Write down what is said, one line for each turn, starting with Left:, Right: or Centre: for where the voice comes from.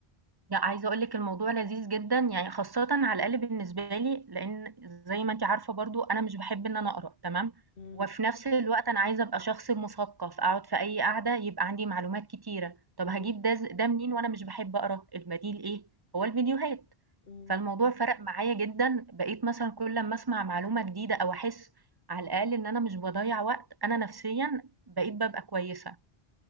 Right: لأ، عايزة أقول لِك الموضوع لذيذ جدًا، يعني خاصةً على الأقل بالنسبة لي، لإن زي ما أنتِ عارفة برضه أنا مش باحب إن أنا أقرا، تمام،
Left: مم.
Right: وفي نفس الوقت أنا عايزة أبقى شخص مثقف، أقعد في أي قعدة يبقى عندي معلومات كتيرة. طب
Left: مم.
Right: هاجيب ده ز ده منين وأنا مش باحب أقرا؟ البديل إيه؟ هو الفيديوهات.
Left: مم.
Right: فالموضوع فرق معايا جدًا، بقيت مثلًا كل أمّا أسمع معلومة جديدة أو أحس على الأقل إن أنا مش باضيّع وقت، أنا نفسيًا بقيت بابقى كويسة.